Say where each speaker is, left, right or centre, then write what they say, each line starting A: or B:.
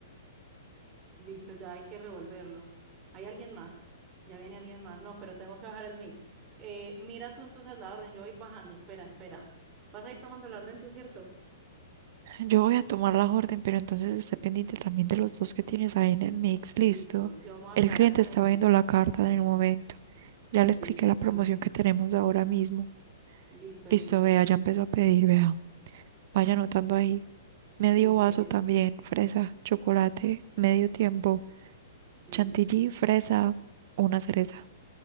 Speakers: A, on the right (about 15°); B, on the right (about 45°).
A: Listo, ya hay que revolverlo. ¿Hay alguien más? Ya viene alguien más. No, pero tengo que bajar el mix. Eh, mira tú entonces la orden. Yo voy bajando. Espera, espera. Vas a ir tomando la orden tú, ¿cierto?
B: Yo voy a tomar la orden, pero entonces esté pendiente también de los dos que tienes ahí en el mix.
A: Listo.
B: Listo.
A: Yo me voy
B: El
A: a quedar
B: cliente
A: acá
B: está
A: en el
B: viendo
A: mix.
B: la carta en el momento. Ya le
A: Listo,
B: expliqué
A: está
B: la promoción
A: muy bien.
B: que tenemos ahora mismo.
A: Listo,
B: Listo,
A: listo.
B: vea, ya empezó a pedir, vea. Vaya anotando ahí. Medio
A: Listo,
B: vaso
A: listo.
B: también, fresa, chocolate, medio tiempo,
A: Listo.
B: chantilly, fresa, una cereza.